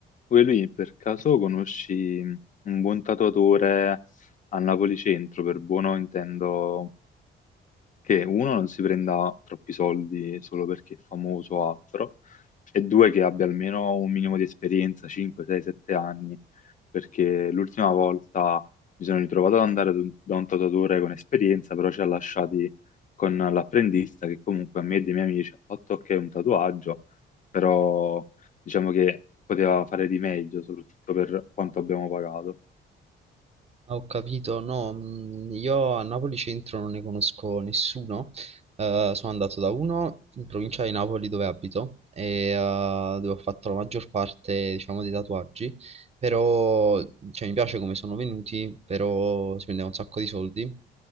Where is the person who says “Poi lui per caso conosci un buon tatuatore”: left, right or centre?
Left